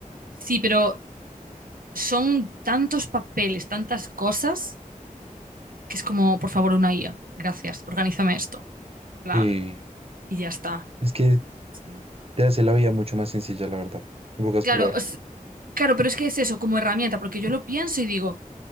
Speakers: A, on the right (about 85°); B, on the right (about 45°).
A: sí, pero son tantos papeles, tantas cosas que es como, por favor, una IA, gracias, organízame esto, en plan,
B: sí,
A: y ya está.
B: es que
A: Sí.
B: te hace la vida mucho más sencilla, la verdad, en pocas
A: Claro,
B: palabras.
A: os- claro, pero es que es eso, como herramienta, porque yo lo pienso y digo,